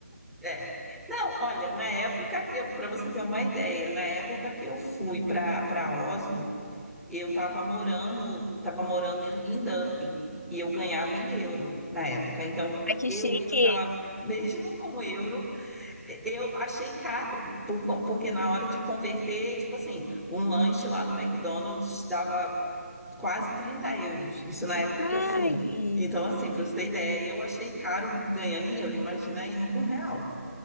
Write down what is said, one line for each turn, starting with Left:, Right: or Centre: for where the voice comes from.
Centre: é. Não, olha, na época que eu, para você ter uma ideia, na época que eu fui para para Oslo, Eu estava morando, estava morando em em Dublin e eu ganhava em euro na época. Então,
Left: Ai, que
Centre: eu
Left: chique!
Centre: indo para lá, <laughs> mesmo com o euro, eu achei caro, por co- porque na hora de converter, tipo assim, um lanche lá no McDonald's dava quase 30 euros. Isso na época
Left: Ai.
Centre: que eu fui. Então, assim, para você ter ideia, eu achei caro ganhando em euro. Imagina indo com real.